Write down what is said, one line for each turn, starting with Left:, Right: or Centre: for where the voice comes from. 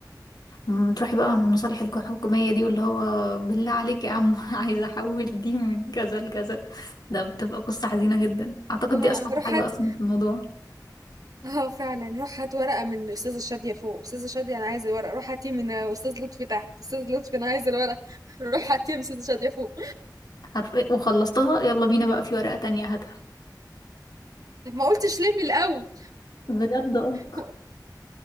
Left: مم، تروحي بقى عن المصالح الحكومية دي واللي هو بالله عليك يا عم <laughs> عايزة أحول دي من كذا لكذا ده بتبقى قصة حزينة جدا أعتقد
Right: <laughs> اه
Left: دي أصعب
Right: روح
Left: حاجة
Right: هات
Left: أصلا في الموضوع
Right: اه فعلا روح هات ورقة من أستاذة شادية فوق أستاذة شادية أنا عايز الورقة روح هاتيه من أستاذ لطفي تحت أستاذ لطفي أنا عايز الورقة <laughs> روح هاتيه من أستاذة شادية فوق
Left: حرفيا وخلصتها يلا بينا بقى في ورقة تانية هاتها
Right: طب ما قلتش ليه من الأول
Left: بجد اه
Right: <laughs>